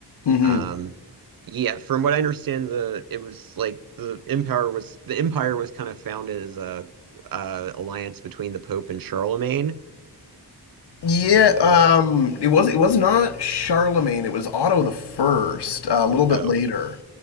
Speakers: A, on the left; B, on the right.
A: Mm-hmm.
B: Um, yeah, from what I understand, the it was like the empire was the empire was kind of founded as a uh, alliance between the Pope and Charlemagne.
A: Yeah,
B: Is
A: um,
B: that
A: it was it was not Charlemagne. It was Otto the First. Uh, a little bit
B: oh
A: later,